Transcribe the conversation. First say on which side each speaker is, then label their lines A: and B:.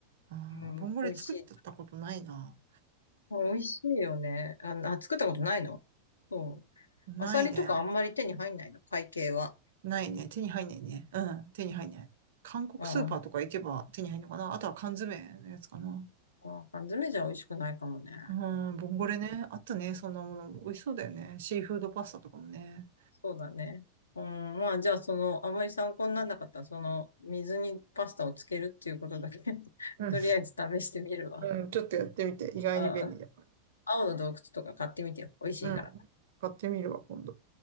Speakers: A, on the right; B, on the left.
A: ああ、
B: うん、
A: ボンゴレ作ったことないな。
B: 美味しい。美味しいよね。あ、あ作ったことないのそう。
A: ないね。
B: アサリとかあんまり手に入んないの会計は。
A: ないね。手に入んないね。うん、手に入んない。韓国スーパーとか行けば手に入るのかな。
B: ああ、
A: あとは缶詰のやつかな。
B: ああ缶詰じゃ美味しくないかもね。
A: うん、ボンゴレね。あったね。そんなもの。美味しそうだよね。シーフードパスタとかもね。
B: そうだね。うん、まあ、じゃあ、その、あまり参考にならなかったら、その、水にパスタをつけるっていうことだけ <laughs>
A: うん、
B: とりあえず試してみるわ。
A: うん、ちょっとやってみて。意外に便利だか
B: ああ、青の洞窟とか買ってみてよ。美味しいから。
A: ら。うん、買ってみるわ、今度。